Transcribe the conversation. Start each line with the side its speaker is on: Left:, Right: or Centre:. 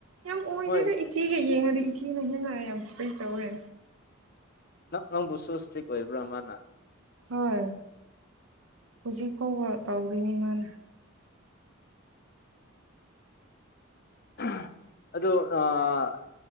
Right: ꯌꯥꯝ ꯑꯣꯏꯗꯦꯗ
Left: ꯃꯣꯏ
Right: ꯏꯆꯦꯒ ꯌꯦꯡꯉꯗꯤ ꯏꯆꯦꯅ ꯍꯦꯟꯅ ꯌꯥꯝ ꯁꯇ꯭ꯔꯤꯛ ꯇꯧꯔꯦ
Left: ꯅꯪ ꯅꯪꯕꯨꯁꯨ ꯁꯇ꯭ꯔꯤꯛ ꯑꯣꯏꯕ꯭ꯔ ꯃꯥꯅ
Right: ꯍꯣꯏ ꯍꯧꯖꯤꯛ ꯐꯥꯎꯕ ꯇꯧꯔꯤꯅꯤ ꯃꯥꯅ
Left: <unintelligible> ꯑꯗꯣ ꯑꯥ ꯑ